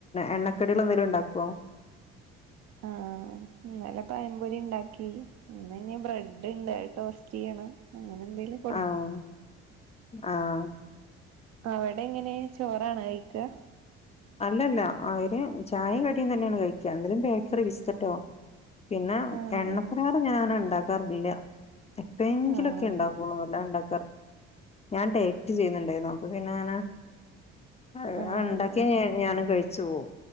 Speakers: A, on the left; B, on the right.
A: എണ്ണക്കടികള് എന്തേലും ഉണ്ടാക്കോ
B: അ ആഹ് ഇന്നലെ പയംപൊരി ഉണ്ടാക്കി ഇന്ന് ഇനി ബ്രെഡ് ഇണ്ട് അത് ടോസ്റ്റ് ചെയ്യണം അങ്ങന എന്തേലും കൊടുക്കും
A: ആഹ് ആഹ്
B: അവിടെങ്ങനെ ചോറാണ് കഴിക്കുക
A: അല്ലല്ല അവര് ചായയും കടിയും തന്നെയാണ് കഴിക്കുക എന്തേലും ബേക്കറി ബിസ്ക്കറ്റോ പിന്നെ
B: ആഹ്
A: എണ്ണക്കാര ഞാൻങ്ങനെ ഉണ്ടാക്കാറില്ല ഇപ്പ എങ്കിലുംക്കെ
B: ആഹ്
A: ഉണ്ടാകൊള്ളു അല്ലണ്ട ഞാൻ ഡറ്റ് ചെയ്യുന്നുണ്ടായിരുന്നു അപ്പ പിന്നെങ്ങനണ്ട
B: ആഹ്
A: ഒക്ക ഞാൻ കഴിച്ചു പോകും